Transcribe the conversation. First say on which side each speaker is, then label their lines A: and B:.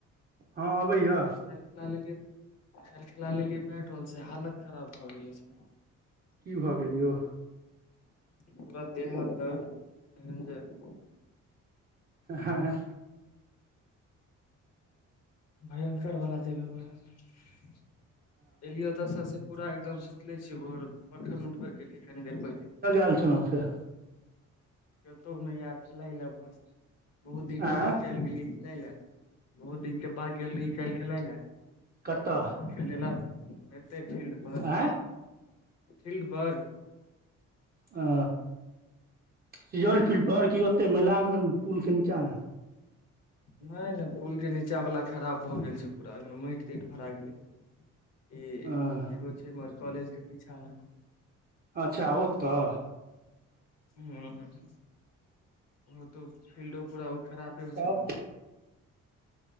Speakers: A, on the right; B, on the left.
A: हँ अबैया
B: ल खिला लेलियए खाल खिला लेलियै बैट बॉल से हालत खराब भए गेले छै
A: की भऽ गेल यउ
B: पूरा देह हाथ दर्द एहन छय
A: हँ
B: भयङंकरवला देब एलियै ओतऽसँसँ पूरा एकदम सुतले छियै भोर मखन उठबैके लिए कनि देर पहिले
A: लऽ छल फेर
B: कतहु नय यार खेलाय लए बस बहुत दिनक
A: आँय
B: के बाद चल गेलियै खेलै लए बहुत दिनके बाद गेल रहियै काल्ह खेलाय लए
A: कतअ
B: खेलेला हतै फील्ड पर
A: आँय
B: फील्ड पर
A: ह सजौल
B: हँ
A: फील्ड पर क ओते मेलामे पुलके नीचाँमे
B: नय नय पुल के नीचा वालला खराब भऽ गेल से पूरा ओहिमे माटि ताटि भरा गेलै ई
A: हँ
B: एगो छैमर कॉलेज के पीछा में
A: अच्छा ओतऽ
B: हं ओ तऽ फिल्डो पूरा ओ खरापे होइ
A: तब
B: छय